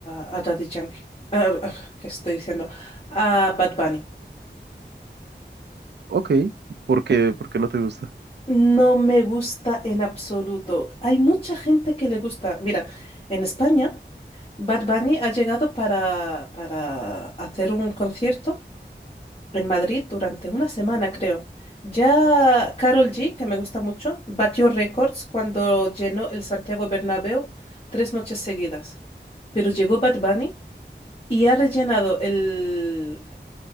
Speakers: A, on the left; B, on the right.
A: a, a Daddy Yankee. Ah, ah, ¿qué estoy diciendo? A Bad Bunny.
B: ok, ¿por qué, por qué no te gusta?
A: No me gusta en absoluto. Hay mucha gente que le gusta. Mira, en España, Bad Bunny ha llegado para, para hacer un concierto en Madrid durante una semana, creo. Ya Carol G, que me gusta mucho, batió récords cuando llenó el Santiago Bernabéu tres noches seguidas. Pero llegó Bad Bunny y ha rellenado el,